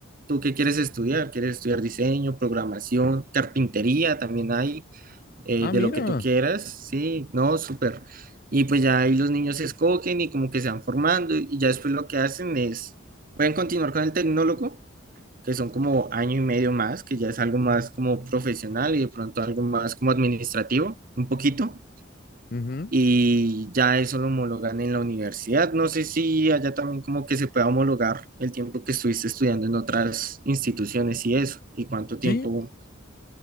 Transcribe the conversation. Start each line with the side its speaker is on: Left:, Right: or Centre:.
Right: ¿tú qué quieres estudiar? ¿Quieres estudiar diseño, programación, carpintería? También hay eh,
Left: Ah,
Right: de
Left: mira.
Right: lo que tú quieras, sí, no, súper. Y pues ya ahí los niños se escogen y como que se van formando y ya después lo que hacen es, pueden continuar con el tecnólogo, que son como año y medio más, que ya es algo más como profesional y de pronto algo más como administrativo, un poquito.
Left: Ujú.
Right: Y ya eso lo homologan en la universidad. No sé si allá también como que se pueda homologar el tiempo que estuviste estudiando en otras instituciones y eso, y cuánto tiempo
Left: Sí,